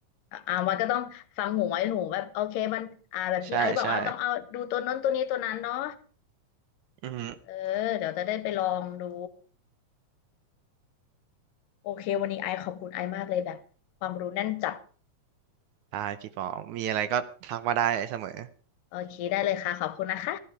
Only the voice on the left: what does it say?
อ่ะอ่ามันก็ต้องฟังหูไว้หูแบบโอเคมันอ่าแบบที่ไอซ์บอกอ่าต้องเอาดูตัวนั้นตัวนี้ตัวนั้นเนาะ
เออเดี๋ยวจะได้ไปลองดูโอเควันนี้ไอซ์ขอบคุณไอซ์มากเลยแบบความรู้แน่นจัด
โอเคได้เลยค่ะขอบคุณนะคะ